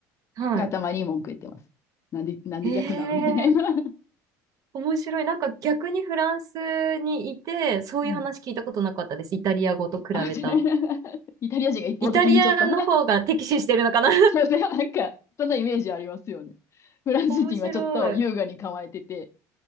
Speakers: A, on the right; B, on the left.
A: はい。
B: がたまに文句言ってます。なんで、なんで逆なのみたいな。
A: え
B: <laughs>
A: ー、面白い。なんか逆にフランスにいて、そういう話聞いたことなかったです。
B: うん。
A: イタリア語と比べた。
B: あ、違うイタリア人が一方的にちょっと
A: イタリアの方が敵視してるのかな
B: <laughs> そうね、なんか、そんなイメージありますよね。
A: <laughs>
B: フランス人はちょっと優雅に構えてて、
A: 面白い。